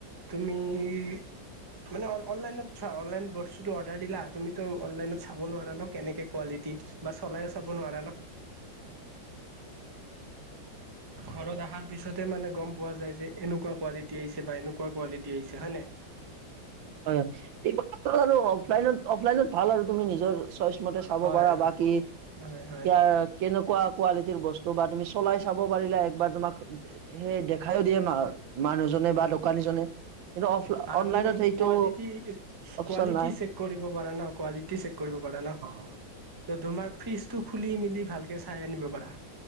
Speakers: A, on the right; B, on the right.
A: তুমি তুলি অনলাইনত ছোৱা অনলাইন বস্তুটো অৰ্ডাৰ দিলা তুমি চাব নোৱাৰা ন কেনেকে কোৱালিটি বা চলাই চাব নোৱাৰা ন। ঘৰত অহাৰ পিছতে মানে গম পোৱা যায় যে এনেকুৱা কোৱালিটী আহিছে। বা এনেকুৱা কোৱালিটি আহিছে হয় নাই।
B: হয় এইবোৰ আৰু অফলাইনত অফলাইনত ভাল আৰু তুমি নিজৰ। চাব
A: হয়
B: পাৰা
A: হয়
B: বা কি
A: হয় হয়
B: অঁ কিনো। কোৱা কোৱালিটিৰ বস্তু বা তুমি চলাই চাব পাৰিলা একবাৰ তোমাক সেই দেখাইও দিয়ে মা মানুহজনে বা দোকানীজনে কিন্তু অফ
A: আৰু
B: অনলাইনত
A: তুমি
B: সেইটো
A: কোৱালিটি
B: অপচন
A: কোৱালিটি
B: নাই
A: চেক কৰিব পাৰা ন কোৱালিটি চেক কৰিব পাৰা ন।
B: অঁ
A: তোমাৰ ফ্ৰীজ টো খুলিমেলি ভালকৈ চাই আনিব পাৰা।